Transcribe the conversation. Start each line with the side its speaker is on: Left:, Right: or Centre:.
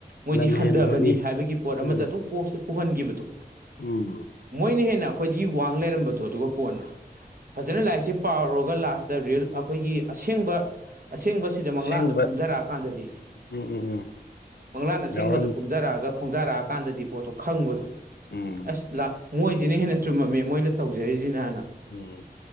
Right: ꯃꯣꯏꯗꯤ
Left: ꯂꯝꯍꯦꯟꯕꯅꯤ
Right: ꯍꯟꯗꯕꯅꯤ ꯍꯥꯏꯕꯒꯤ ꯄꯣꯠ ꯑꯃꯗ
Left: ꯎꯝ
Right: ꯑꯗꯨꯝ ꯀꯣꯛꯁꯦ ꯄꯨꯍꯟꯒꯤꯕꯗꯣ
Left: ꯎꯝ
Right: ꯃꯣꯏꯅ ꯍꯦꯟꯅ ꯑꯩꯈꯣꯏꯗꯒꯤ ꯋꯥꯡ ꯂꯩꯔꯝꯕꯗꯣ ꯑꯗꯨꯒ ꯀꯣꯟꯅ ꯐꯖꯅ ꯂꯥꯏꯔꯤꯛꯁꯦ ꯄꯥꯎꯔꯨꯔꯒ ꯂꯥꯁꯇ ꯔꯤꯜ ꯑꯩꯈꯣꯏꯒꯤ ꯑꯁꯦꯡꯕ ꯑꯁꯦꯡꯕ ꯁꯤꯗ ꯃꯪꯂꯥꯟꯗ
Left: ꯑꯁꯦꯡꯕ
Right: ꯀꯨꯝꯗꯔꯛꯑꯀꯥꯟꯗꯗꯤ
Left: ꯎꯝ ꯎꯝ ꯎꯝ
Right: ꯃꯪꯂꯥꯟ ꯑꯁꯦꯡꯕꯗꯣ
Left: ꯌꯥꯎꯔꯝ
Right: ꯀꯨꯝꯗꯔꯛꯑꯒ ꯈꯣꯡꯗꯥꯔꯛꯑꯀꯥꯟꯗꯗꯤ ꯄꯣꯠꯇꯣ ꯈꯪꯕꯗꯣ
Left: ꯎꯝ
Right: ꯑꯁ ꯂꯥꯛ ꯃꯣꯏꯁꯤꯅ ꯍꯦꯟꯅ ꯆꯨꯝꯃꯝꯃꯤ ꯃꯣꯏꯅ ꯇꯧꯖꯔꯤꯁꯤꯅꯅ
Left: ꯎꯝ